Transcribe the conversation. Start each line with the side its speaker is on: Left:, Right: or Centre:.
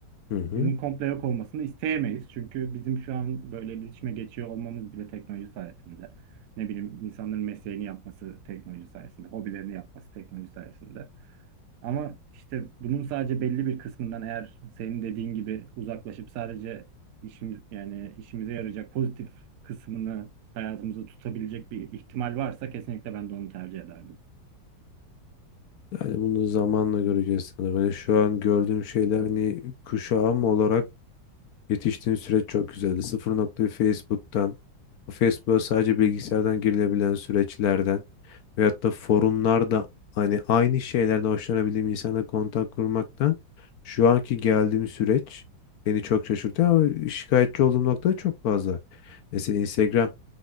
Left: Hı hı.
Right: bunun komple yok olmasını isteyemeyiz. Çünkü bizim şu an böyle iletişime geçiyor olmamız bile teknoloji sayesinde. Ne bileyim insanların mesleğini yapması teknoloji sayesinde, hobilerini yapması teknoloji sayesinde. Ama işte bunun sadece belli bir kısmından eğer senin dediğin gibi uzaklaşıp sadece işimiz yani işimize yarayacak pozitif kısmını hayatımızda tutabilecek bir ihtimal varsa kesinlikle ben de onu tercih ederdim. <laughs>
Left: Yani bunu zamanla göreceğiz sanırım. Hani şu an gördüğüm şeyler hani kuşağım olarak yetiştiğim süreç çok güzeldi. Sıfır nokta bir Facebook'tan, Facebook'a sadece bilgisayardan girilebilen süreçlerden Veyahut da forumlarda hani aynı şeylerden hoşlanabildiğim insanla kontak kurmaktan şu anki geldiğim süreç beni çok şaşırtıyor ama şikayetçi olduğum nokta da çok fazla. Mesela Instagram